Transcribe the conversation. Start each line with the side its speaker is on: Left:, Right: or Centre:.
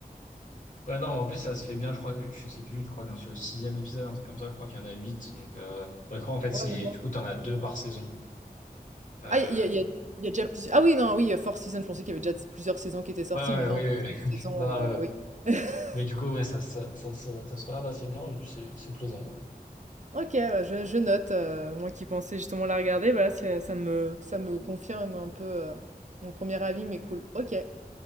Left: Ouais, non, mais en plus, ça se fait bien, je crois, je sais plus, je crois que j'en suis au sixième épisode, un truc comme ça, je crois qu'il y en a huit, donc, euh, ouais, je crois, en fait, c'est,
Right: Ouais, maintenant
Left: du coup, t'en as deux par saison. Euh,
Right: Ah, il y a il y a il y a déjà plusieurs ah oui, non, oui, heu, Four Seasons, je pensais qu'il y avait déjà plusieurs saisons qui étaient sorties,
Left: ouais,
Right: mais non,
Left: ouais, oui,
Right: c'est
Left: oui.
Right: des saisons,
Left: <laughs> Non, non,
Right: heu,
Left: ouais, ouais.
Right: oui. <laughs>
Left: Mais du coup, ouais, ça, ça, ça, ça, ça se regarde assez bien, et puis c'est, c'est plaisant.
Right: OK, bah, je je note, heu, moi qui pensais justement la regarder, voilà, c'est ça me ça me confirme un peu, heu, mon premier avis, mais cool. OK